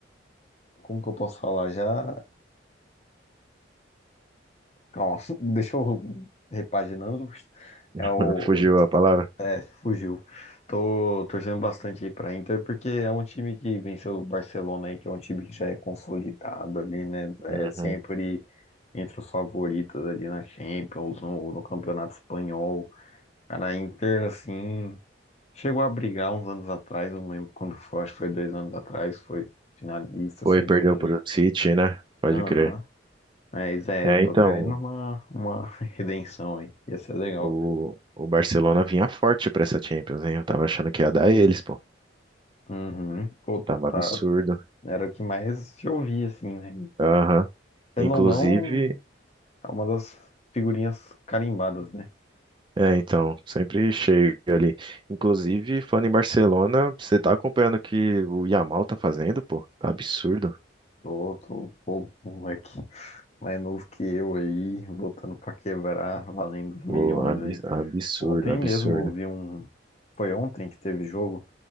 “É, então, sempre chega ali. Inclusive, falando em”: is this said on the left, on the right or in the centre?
Right